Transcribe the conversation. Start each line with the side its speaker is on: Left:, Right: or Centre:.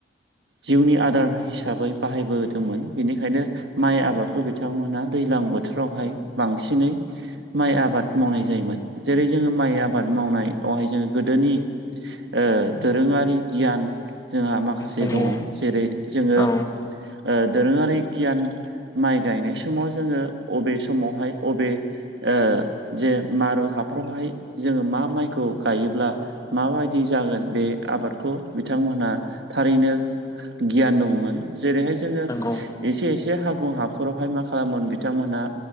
Right: जिउनि आदार हिसाबै बाहायबोदोंमोन बेनिखायनो। माइ आबादखौ बिथांमोनहा दैज्लां बोथोरावहाय बांसिनै माइ आबाद मावनाय जायोमोन जेरै जोङो माइ आबाद मावनायावहाय जोङो गोदोनि ओ-दोरोङारि गियान जोंहा माखासे
Left: नंगौ
Right: दङ जेरै जोङो
Left: औ
Right: ओ-दोरोङारि गियान माइ गायनाय समाव जोङो अबे समावहाय अबे ओ-जे मारु हाफ्रावहाय जोङो मा माइखौ गायोब्ला- माबायदि जागोन बे आबादखौ बिथांमोनहा थारैनो गियान दङमोन जेरैहाय जोङो
Left: नंगौ
Right: एसे एसे हागुं हाफोरावहाय मा खालामोन बिथांमोनहा